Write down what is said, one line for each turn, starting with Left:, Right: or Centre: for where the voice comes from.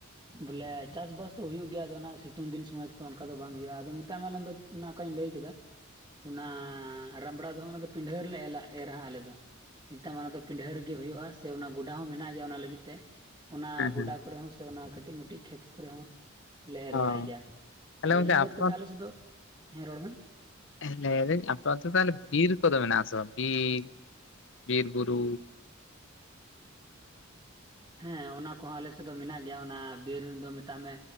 Right: ᱵᱚᱞᱮ ᱪᱟᱥᱵᱟᱥ ᱫᱚ ᱦᱩᱭᱩᱜ ᱜᱮᱭᱟ ᱟᱫᱚ ᱚᱱᱟ ᱥᱤᱛᱩᱝ ᱫᱤᱱ ᱥᱚᱢᱚᱭ ᱮᱠ ᱛᱚ ᱚᱱᱠᱟ ᱫᱚ ᱵᱟᱝ ᱦᱩᱭᱩᱜᱼᱟ ᱟᱫᱚ ᱢᱮᱛᱟᱜ ᱢᱮ ᱟᱞᱟᱝ ᱫᱚ ᱚᱱᱟ ᱚᱠᱟᱹᱧ ᱞᱟᱹᱭ ᱠᱮᱫᱟ ᱚᱱᱟ ᱨᱟᱢᱵᱲᱟ ᱫᱚ ᱦᱟᱸᱜ ᱚᱱᱟ ᱫᱚ ᱯᱤᱱᱰᱦᱟᱹ ᱨᱮᱞᱮ ᱮᱞᱟ ᱮᱨᱟ ᱦᱟᱸᱜ ᱟᱞᱮ ᱫᱚ ᱢᱮᱛᱟᱜ ᱢᱮ ᱚᱱᱟ ᱫᱚ ᱯᱤᱱᱰᱦᱟᱹ ᱨᱮᱜᱮ ᱦᱩᱭᱩᱜᱼᱟ ᱥᱮ ᱚᱱᱟ ᱜᱚᱰᱟ ᱦᱚᱸ ᱢᱮᱱᱟᱜ ᱜᱮᱭᱟ ᱚᱱᱟ ᱞᱟᱹᱜᱤᱫ ᱛᱮ ᱚᱱᱟ
Left: ᱦᱮᱸ
Right: ᱜᱚᱰᱟ
Left: ᱦᱮᱸ
Right: ᱠᱚᱨᱮ ᱦᱚᱸ ᱥᱮ ᱚᱱᱟ ᱠᱟᱹᱴᱤᱡ ᱢᱟᱹᱴᱤᱡ ᱠᱷᱮᱛ ᱠᱚᱨᱮ ᱦᱚᱸ ᱞᱮ ᱮᱨ
Left: ᱚ
Right: ᱵᱟᱲᱟᱭ ᱜᱮᱭᱟ
Left: ᱛᱟᱦᱚᱞᱮ
Right: ᱟᱫᱚ
Left: ᱜᱚᱝᱠᱮ
Right: ᱤᱱᱟᱹ
Left: ᱟᱯᱮ
Right: ᱵᱟᱫᱽ ᱠᱟᱛᱮ ᱟᱞᱮ ᱥᱮᱫ ᱫᱚ ᱦᱮᱸ ᱨᱚᱲ ᱢᱮ
Left: <inaudible> ᱞᱟᱹᱭ ᱫᱟᱹᱧ ᱟᱯᱮ ᱚᱱᱛᱮ ᱛᱟᱦᱞᱮ ᱵᱤᱨ ᱠᱚᱫᱚ ᱢᱮᱱᱟᱜ ᱟᱥᱮ ᱵᱟᱝ? ᱵᱤᱨ, ᱵᱤᱨ ᱵᱩᱨᱩ
Right: ᱦᱮᱸ ᱚᱱᱟ ᱠᱚᱦᱚᱸ ᱟᱞᱮ ᱥᱮᱫ ᱫᱚ ᱢᱮᱱᱟᱜ ᱜᱮᱭᱟ᱾ ᱚᱱᱟ ᱵᱤᱨ ᱫᱚ ᱢᱮᱛᱟᱜ ᱢᱮ